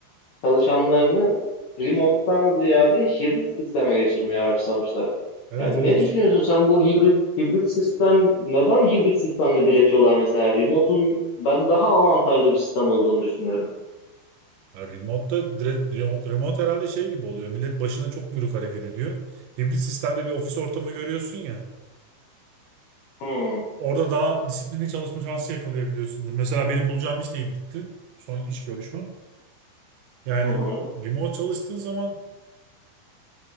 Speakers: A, on the left; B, on the right.
A: çalışanlarını remote'dan ziyade hibrit sisteme geçirmeye başlamışlar.
B: Evet
A: Yani
B: evet.
A: ne düşünüyorsun sen bu hibrit hibrit sistem neden hibrit sistemde diretiyorlar mesela? Remote'un ben daha avantajlı bir sistem olduğunu düşünüyorum.
B: Ya remote'da direkt, remote, remote herhalde şey gibi oluyor. Millet başına çok buyruk hareket ediyor. Hibrit sistemde bir ofis ortamı görüyorsun ya.
A: Hmm,
B: Orada daha disiplinli çalışma şansı yakalayabiliyorsundur. Mesela benim bulacağım iş deyip bitti. Son iş görüşmem. Yani
A: hı hı.
B: remote çalıştığın zaman